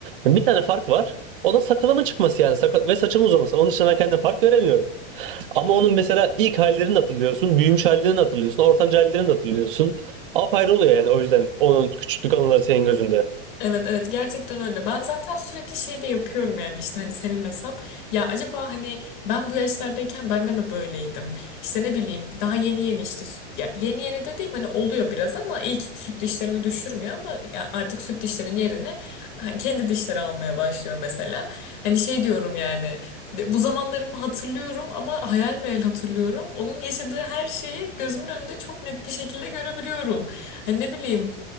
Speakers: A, on the right; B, on the left.
A: Bir tane fark var. O da sakalımın çıkması yani. Sakal ve saçımın uzaması. Onun dışında ben kendim fark göremiyorum. Ama onun mesela ilk hallerini hatırlıyorsun, büyümüş hallerini hatırlıyorsun, ortanca hallerini hatırlıyorsun. Apayrı oluyor yani o yüzden onun küçüklük anıları senin gözünde.
B: Evet evet gerçekten öyle. Ben zaten sürekli şey de yapıyorum yani işte hani senin hesap. Ya acaba hani ben bu yaşlardayken ben de mi böyleydim? İşte ne bileyim daha yeni yeni işte süt ya yeni yeni de değil hani oluyor biraz ama ilk süt dişlerini düşürmüyor ama ya artık süt dişlerin yerine ha, kendi dişleri almaya başlıyor mesela. Hani şey diyorum yani de- bu zamanlarımı hatırlıyorum ama hayal meyal hatırlıyorum. Onun yaşadığı her şeyi gözümün önünde çok net bir şekilde görebiliyorum. Hani ne bileyim